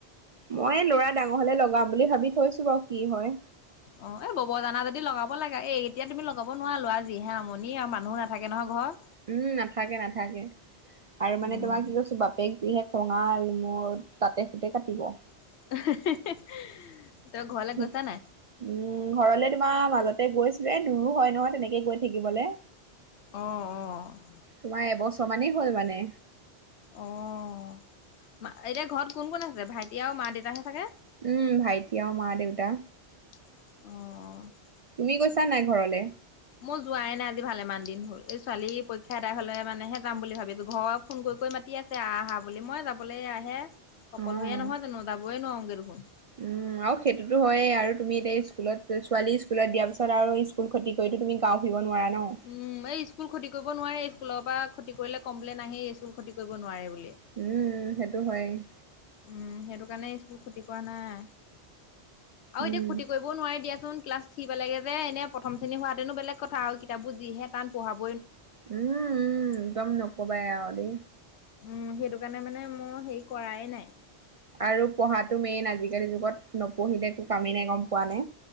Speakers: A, on the right (about 60°); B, on the left (about 80°).
A: মই ল'ৰা ডাঙৰ হলে লগাম বুলি ভাবি থৈছো বাৰু, কি হয়।
B: অ', এ বব জানা যদি লগাব লাগে, এই এতিয়া তুমি লগাব নোৱাৰা ল'ৰা যিহে আমনি আৰু মানুহো নাথাকে নহয় ঘৰত।
A: উম নাথাকে, নাথাকে আৰু মানে
B: উম
A: তোমাৰ কি কৈছো বাপেক যিহে <unintelligible> তাতে সুতে কাটিব
B: <unintelligible>
A: উম
B: গৈছা নাই
A: ঘৰলে। মাৰ মাজতে গৈছিলো এ দূৰ হয় নহয় তেনেকে গৈ থাকিবলৈ
B: অ অ
A: তোমাৰ এবছৰ। সমানেই হ'ল মানে।
B: অঁ মা এতিয়া ঘৰত কোন -কোন আছে ভাইটি আৰু মা দেতাহে থাকে।
A: উম ভাইটি আৰু মা দেউতা।
B: অ'
A: তুমি গৈছা নাই ঘৰলে?
B: মই যোৱাই নাই আজি ভালেমান দিন হ'ল এই ছোৱালী পৰীক্ষা এদাই হলে মানেহে যাম বুলি ভাবিছো ঘৰত ফোন কৰি কৰি মাতি আছে আহ আহ বুলি মই যাবলে আহে অকলশৰীয়া
A: অ',
B: নহয় জানো। <unintelligible> দেখোন
A: উম আৰু সেইটোতো হয়েই আৰু তুমি এতিয়া ইস্কুলত ছোৱালী স্কুলত দিয়া পাছত আৰু ই স্কুল ক্ষতি কৰিটো তুমি গাও ফুৰিব নোৱাৰা। ন।
B: উম এই স্কুল ক্ষতি কৰিব নোৱাৰে। স্কুলৰ পৰা ক্ষতি কৰিলে কমপ্লেইন আহেই ইস্কুল ক্ষতি কৰিব নোৱাৰে বুলি
A: উম সেইটো হয়। <inaudible>
B: উম সেইটো কাৰণে ইস্কুল ক্ষতি কৰা নাই। আৰু
A: উম,
B: এতিয়া ক্ষতি কৰিবও নোৱাৰে দিয়াচোন। ক্লাছ থ্ৰী পেলেগে যে এনে প্ৰথম শ্ৰেণী হোৱাহেতেনো বেলেগ কথা আৰু কিতাপবোৰ যিহে তান পঢ়াব
A: উম উম <unintelligible> ক'বাই হ'লে
B: উম সেইটো কাৰণে মানে মই সেই। কৰাই নাই।
A: আৰু পঢ়াটো মেইন আজিকালি যুগত নপঢ়িলে একো কামেই নাই গম পোৱা নে।